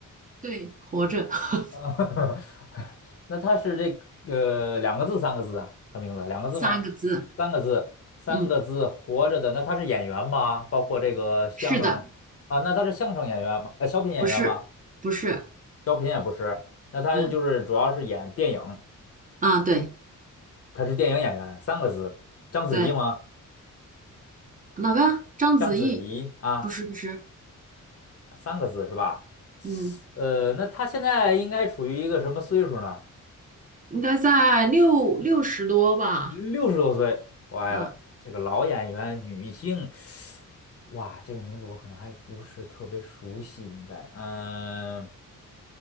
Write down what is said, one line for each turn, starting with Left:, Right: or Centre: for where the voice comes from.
Right: 对，活着，<laughs>
Left: 呃，<laughs> 那他是这个、呃、两个字，三个字啊？他名字两个字吗？
Right: 三个字，
Left: 三个字，三个字，
Right: 嗯，
Left: 活着的。那他是演员吗？包括这个相声啊？
Right: 是的。
Left: 那他是相声演员吗？呃，小品演员吗？
Right: 不是，不是，
Left: 小品也不是，那他就是主要是演电影，
Right: 嗯啊，对
Left: 他是电影演员，三个字，章子怡吗？
Right: 对，哪个？章子怡？
Left: 章子怡啊。
Right: 不是不是，
Left: 三个字是吧？
Right: 嗯，
Left: 呃，那他现在应该处于一个什么岁数呢？
Right: 应该在六六十多吧？
Left: 六十多岁，歪了，
Right: 啊，
Left: 这个老演员，女性，哇，这个名字我可能还不是特别熟悉，应该，嗯